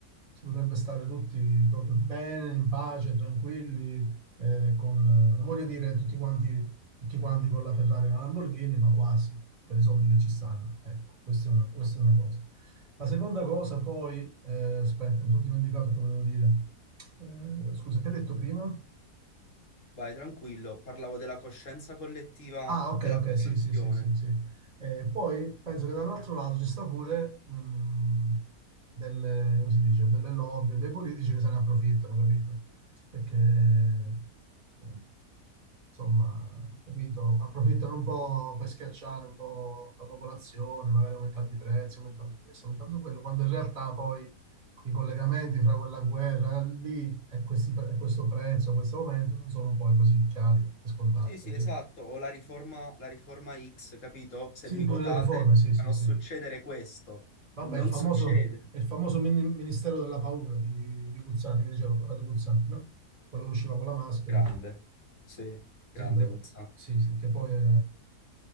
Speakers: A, on the right; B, on the left.
A: si potrebbe stare tutti proprio bene, in pace, tranquilli, eh, con, non voglio dire tutti quanti, tutti quanti con la Ferrari e la Lamborghini, ma quasi, per i soldi che ci stanno. Ecco, questa è una, questa è una cosa. La seconda cosa, poi, eh, aspetta, mi sono dimenticato che volevo dire. Eh, scusa, che hai detto prima?
B: Vai, tranquillo, parlavo della coscienza collettiva
A: Ah, ok,
B: della
A: ok,
B: popolazione.
A: sì, sì, sì, sì, sì. Eh, poi penso che dall'altro lato ci sta pure mh, delle, come si dice, delle lobby, o dei politici che se ne approfittano, capito? Perché, eh, insomma, capito, approfittano un po' per schiacciare un po' la popolazione, magari aumentando i prezzi, aumentando questo, aumentando quello, quando in realtà poi i collegamenti fra quella guerra lì e, questi pre- e questo prezzo, questo aumento non sono poi così chiari e scontati,
B: Sì, sì,
A: capito?
B: esatto, o la riforma, la riforma X, capito? Se
A: Sì,
B: mi
A: pure
B: votate
A: le riforme, sì,
B: farò
A: sì, sì.
B: succedere questo.
A: Vabbè,
B: Non
A: il famoso,
B: succede.
A: il famoso mini- Ministero della Paura di, di Guzzanti, che diceva Corrado Guzzanti, no? Quello che usciva con la maschera.
B: Grande, sì, grande
A: Sì, bra-
B: Guzzanti.
A: sì, sì, che poi è...